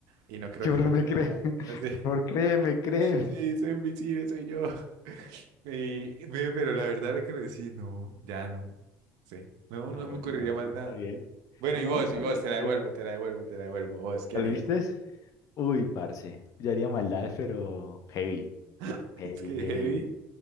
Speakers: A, on the right; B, on the left.
A: Y no creo
B: Que
A: que
B: por
A: me crea,
B: me cree
A: no.
B: <laughs>
A: <laughs> Sí.
B: Por favor, créeme, créeme.
A: Sí, soy invisible, soy yo. <laughs> Y, ve, pero la verdad es que lo decís, no, ya no. Sí, no,
B: Ah,
A: no
B: bueno,
A: me ocurriría
B: no,
A: más
B: no
A: nada.
B: está bien.
A: Bueno,
B: No,
A: y
B: no,
A: vos,
B: está
A: y vos,
B: bien,
A: te
B: está
A: la devuelvo,
B: bien.
A: te la devuelvo, te la devuelvo. Vos, ¿qué
B: ¿Lo
A: harías?
B: viste? Uy, parce, yo haría maldades, pero heavy,
A: <laughs>
B: heavy,
A: Es que
B: heavy.
A: heavy.